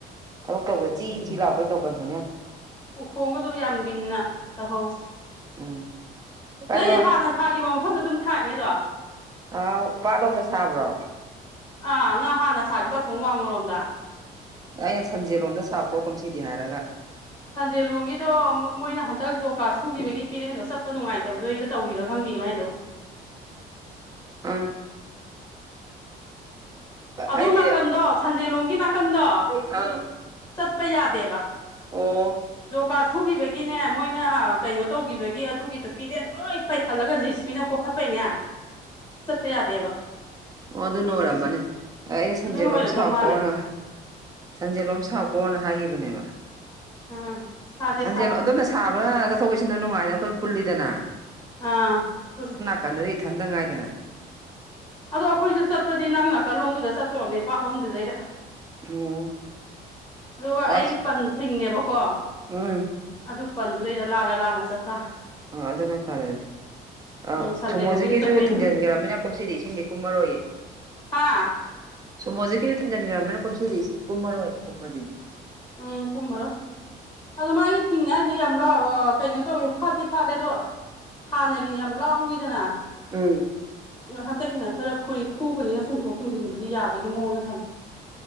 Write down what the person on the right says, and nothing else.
ꯊꯕꯛ ꯇꯧꯕꯗ ꯆꯤ
ꯆꯤ ꯂꯥꯎꯈꯩ ꯇꯧꯒꯟꯕꯅꯦ ꯌꯥꯝ
ꯎꯝ ꯀꯩꯅꯣ
ꯑꯥ ꯄꯥꯠꯂꯣꯝꯗ ꯁꯥꯕ꯭ꯔꯣ
ꯑꯩꯅ ꯁꯟꯖꯦꯜ ꯂꯣꯝꯗ ꯁꯥꯎꯀꯣ ꯀꯨꯝꯁꯤꯗꯤ ꯍꯥꯏꯔꯒ
<inaudible> ꯑꯥ
ꯑꯩꯗꯤ
ꯑꯥ
ꯑꯣ
ꯑꯣ ꯑꯗꯨꯅ ꯑꯣꯏꯔꯝꯃꯅꯤ ꯑꯩꯅ ꯁꯟꯖꯦꯜꯂꯣꯝ
ꯁꯥꯎꯀꯣꯅ
ꯁꯟꯖꯦꯜꯂꯣꯝ ꯁꯥꯎꯀꯣꯅ ꯍꯥꯏꯈꯤꯕꯅꯦꯕ
ꯁꯟꯖꯦꯜ
ꯑꯗꯣꯝꯅ ꯁꯥꯕꯅ ꯆꯠꯊꯣꯛ ꯆꯠꯁꯤꯟꯗꯣ ꯅꯨꯡꯉꯥꯏꯗꯅ ꯑꯩꯈꯣꯏ ꯄꯨꯜꯂꯤꯗꯅ
ꯇꯟꯗꯗꯤ ꯏꯊꯟꯗ ꯉꯥꯏꯗꯅ
ꯎꯝ
ꯑꯁ
<inaudible>
ꯑꯣ ꯑꯗꯨꯅ ꯐꯔꯦ ꯑꯗꯨꯗꯤ ꯑꯥ
ꯁꯣꯃꯣꯔꯖꯤꯠꯀꯤꯁꯨ
ꯊꯤꯡꯖꯤꯟꯒ꯭ꯔꯃꯤꯅ ꯀꯨꯝꯁꯤꯗꯤ ꯏꯁꯤꯡꯗꯤ ꯀꯨꯝꯃꯔꯣꯏꯌꯦ
ꯁꯣꯃꯣꯔꯖꯤꯠꯀꯤꯁꯨ ꯊꯤꯟꯖꯤꯟꯒ꯭ꯔꯕꯅꯤꯅ ꯀꯨꯝꯁꯤꯗꯤ ꯀꯨꯝꯃꯔꯣꯏꯕ ꯀꯨꯝꯕꯗꯤ
ꯎꯝ